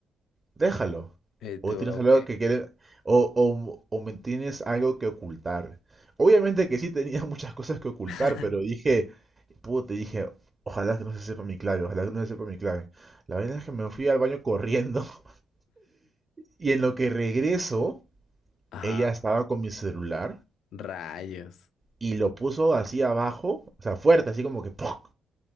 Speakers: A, on the right (about 25°); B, on the left (about 75°).
A: Déjalo.
B: Y tú,
A: O tienes
B: ok.
A: algo que quede- o, o, o me tienes algo que ocultar. Obviamente que sí tenía <laughs> muchas cosas que ocultar,
B: <laughs>
A: pero dije, te dije, ojalá que no se sepa mi clave, ojalá que no se sepa mi clave. La verdad es que me fui al baño corriendo <laughs> y en lo que regreso,
B: Ajá.
A: ella estaba con mi celular
B: Rayos.
A: y lo puso así abajo, o sea, fuerte, así como que ¡pum!